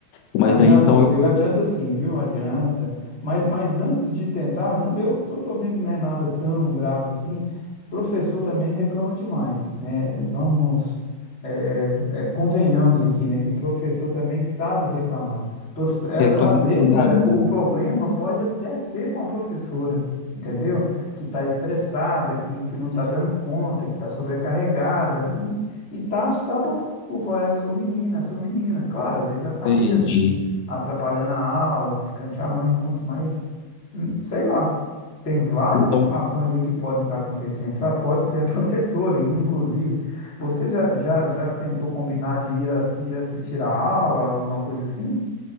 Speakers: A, on the left; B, on the left.
A: mas
B: Adianta,
A: aí então
B: Rodrigo,
A: eu vou
B: adianta sim, viu? Adianta. Mas, mas antes de tentar, não- eu tô, tô vendo que não é nada tão grave assim. Professor também reclama demais, né? Vamos, é, é, é, convenhamos aqui, né? Que professor também sabe reclamar. Prof- é,
A: reclamar
B: Às às vezes,
A: da
B: cara,
A: minha.
B: o problema pode até ser com a professora, entendeu? Que está estressada, que, que não está dando conta, que está sobrecarregada. E, e tá, tá botando a culpa, ó, é a sua menina, é a sua menina. Claro, às vezes ela tá
A: entende
B: mesmo atrapalhando a aula, ficando chamando muito, mas hum, sei lá. Tem várias
A: Então
B: situações aí que podem estar acontecendo, sabe? Pode ser a <laughs> professora, inclusive. Você já, já, já tentou combinar de ir, ass- ir assistir a aula, alguma coisa assim?